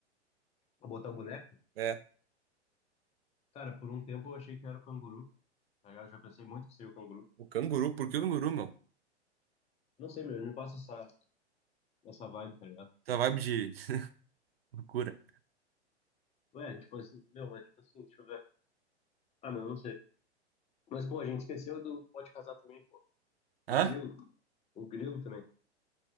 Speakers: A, on the left; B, on the right.
A: Vou botar o boneco?
B: É,
A: Cara, por um tempo eu achei que era o canguru, tá ligado? Eu já pensei muito que seria o canguru.
B: o canguru. Por que o canguru, meu?
A: Não sei, meu, me passa essa, essa vibe, tá ligado?
B: Tá vibe de <laughs> loucura.
A: Ué, tipo assim, meu, mas tipo assim, deixa eu ver. Ah, meu, não sei. Mas, pô, a gente esqueceu do pode casar também, pô.
B: Hã?
A: O grilo. O grilo também.